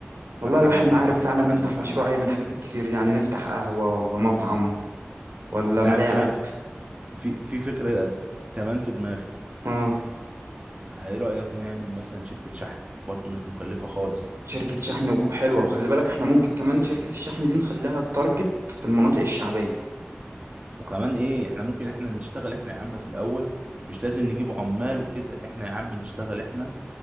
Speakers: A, on the right (about 90°); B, on the right (about 30°).
A: والله
B: فاحنا
A: الواحد
B: عايزين
A: ما
B: نحافظ
A: عارف فعلا
B: بقى
A: نفتح
B: على الناس اللي
A: مشروع
B: معانا
A: ايه من الحاجات الكتير دي يعني نفتح قهوة ولا مطعم ولا
B: انت
A: ملاعب
B: عارف كمان في في فكره كمان في دماغي
A: اه
B: ايه رايك نعمل مثلا شركه شحن برضو مش مكلفه خالص
A: شركة شحن وك- حلوة وخلي بالك احنا ممكن كمان شركة الشحن دي نخليها التارجت المناطق الشعبية
B: وكمان ايه احنا ممكن احنا نشتغل احنا يا عم في الاول مش لازم نجيب عمال وكده احنا يا عم نشتغل احنا